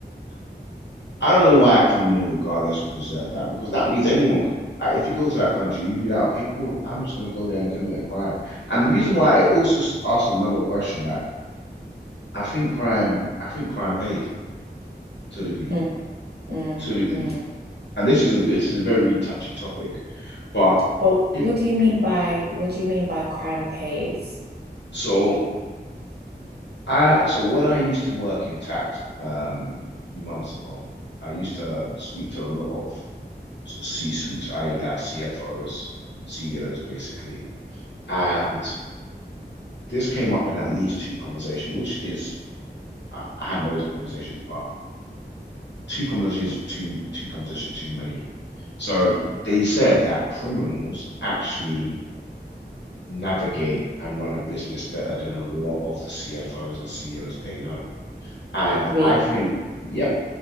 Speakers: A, on the left; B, on the right.
A: I don't know why a criminal, regardless, would deserve that because that means anyone could. uh, If you go to that country, you'd be like, okay, cool. I'm just gonna go there and commit a crime. And the reason why it also s- asks another question, like I think crime, I think crime pays to a degree,
B: Mm, mm,
A: to a degree.
B: mm.
A: And this is a this is a very touchy topic, but
B: But
A: if
B: what do you mean by what do you mean by crime pays?
A: so, I so when I used to work in tax, um, a few months ago, I used to speak to a lot of sort of C-suites, i.e., like CFOs, CEOs, basically, and this came up in at least two conversation, which is I, I had loads of conversations, but two conversations two two conversations too many. So they said that criminals actually navigate and run a business better than a lot of the CFOs and CEOs they know. And
B: Really?
A: I think, yep,